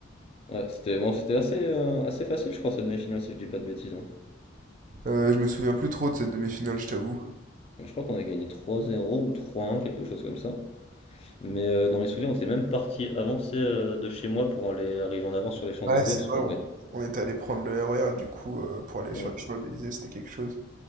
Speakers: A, on the left; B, on the right.
A: Ouais, c'était bon, c'était assez, euh, assez facile, je crois, cette demi-finale, si je dis pas de bêtises. hein.
B: Euh, je me souviens plus trop de cette demi-finale, je t'avoue.
A: Donc, je crois qu'on a gagné 3-0 ou 3-1, quelque chose comme ça. Mais euh, dans mes souvenirs, on était même parti avant tu sais, euh, de chez moi pour aller arriver en avant sur les Champs-Élysées,
B: Ouais, c'est
A: parce
B: vrai,
A: qu'on
B: on,
A: gagne.
B: on était allé prendre le RER du coup euh, pour aller sur
A: Mm.
B: les Champs-Élysées, c'était quelque chose.